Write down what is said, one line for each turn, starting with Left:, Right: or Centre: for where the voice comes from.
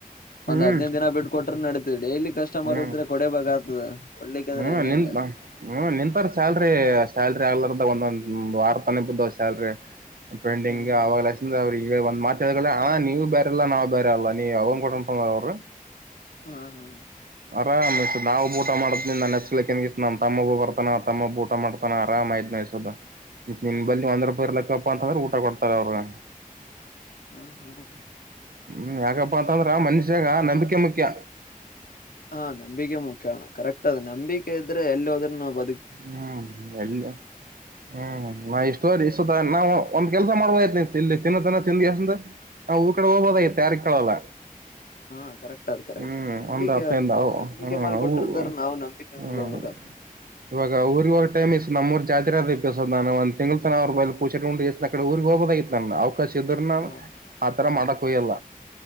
Right: ಹ್ಮ್
Left: ಒಂದ್ ಹದ್ೈದು ದಿನ ಬಿಟ್ಟಕ ಕೊಟ್ರ ನಡೀತೇವಿ ಡೈಲಿ ಕಸ್ಟಮರ್
Right: ಹ್ಮ್
Left: ಇದ್ರೆ ಕೊಡಬೇಕ ಆತದ ಕೊಡ್ಲಿಕ್ಕಂದ್ರೆ
Right: ಹ್ಮ್
Left: ಹಂಗ
Right: ನಿ
Left: ಹೆಂಗ
Right: ಹ್ಮ ನಿಂತಾರ ಸ್ಯಾಲ್ರಿ ಸ್ಯಾಲ್ರಿ ಆದ ಒಂದೊಂದ ವಾರ ತಾನ ಬ ಸಲ್ರಿ ಪೇಂಟಿಂಗ್
Left: ಹ್ಮ್
Right: ಅವಾಗ ಲ ಅವ್ರ ಈ ಒಂದ್ ಮಾತಾಡಲ್ಲ ಹಾ ನೀವು ಬೇರೆಲ್ಲಾ ನಾವು ಬೇರೆ ಅಲ್ಲ ನೀ ಅವ್ ಕೊಟಂದ ಅವ್ರರು
Left: ಹ್ಮ ಹಾ
Right: ಆರಾಮ ಸ ನಾವು ಊಟ ಮಾಡಿದ್ ನಿ ನನ್ನ ಿಸ ನ ತಮ್ಮಬ್ಬ ಬರ್ತಾನ ತಮ್ಮಬ್ ಊಟ ಮಾಡತಾನ ಆರಾಮಾಯ್ ನಸದ ನಿನ್ ಬಲ್ಲಿಿ ಒಂದ್
Left: ಹಾ
Right: ರೂಪಾಯಿರ್ಲಿಕ್ಕಪ್ಪಾ ಅಂತಂದ್ರೆ ಊಟ ಕೊಡ್ತಾರೆ ಅವ್ರಗ
Left: ಹಾ ಹೌದು
Right: ಹ್ಮ್ ಯಾಕಪ್ಪಾ ಅಂತಂದ್ರ ಮನುಷ್ಯಾಗ ನಂಬಿಕೆ ಮುಖ್ಯ
Left: ಹಾ ನಂಬಿಕೆ ಮುಖ್ಯ ಕರೆಕ್ಟ್ ಅದ ನಂಬಿಕೆ ಇದ್ರೆ ಎಲ್ಲಿ ಹೋದ್ರೂ ನವು ಬ
Right: ಹ್ಮ್ ಎಲ್ಲ ಹ್ಮ್ ನಾ ಇಷ್ಟುವ ಸುದ ನಾವು ಒಂದ್ ಕೆಲಸ ಮಾಡಬೋಐತಿ ನೀ ಇಲ್ಲಿ ತಿನ್ನತನ್ನ ತಿಿಂದಿ ಅಷ್ಟ ಊರ್ ಕಡೆ ಹೋಗ್ೋದಐತಿ ಯಾರ ಕೇಳಲ್ಲ
Left: ಹಾ ಕರೆಕ್ಟ್ ಅದ್ ಕರೆಕ್ಟ್
Right: ಹ್ಮ್
Left: ನಂಬಿಕೆ
Right: ಒಂದ್ ಹತ್ತೈಂದ
Left: ಒಂದ
Right: ಅವು
Left: ನಂಬಿಕೆ
Right: ಹ್ಮ್
Left: ಮೇಲೆ
Right: ಅವು
Left: ಕೊಟ್ಟಿರ್ತಾರ ನಾವು ನಂಬಿಕೆ
Right: ಹ್ಮ್
Left: ಮೇಲೆ ಹೋಗ್ಬೇಕ <inaudible>
Right: ಇವಾಗ ಅವಊ್ರಗ ಒ ಟೈಮ್ ನಮ್ಮ್ರ ಚದ ನಾನ ಒಂದ ತಿಂಳ ತನ ಅವ್ರ ಬ ಪೂಗಸತೆ ಕಡೆ ಊರಿಗೆ ಹೋಗಬದ ಕ್ಕಸಿದ್ರನ
Left: ಹಾ
Right: ಆತರ ಮಾಡಕ್ ಹಯ್ಯಲ್ಲ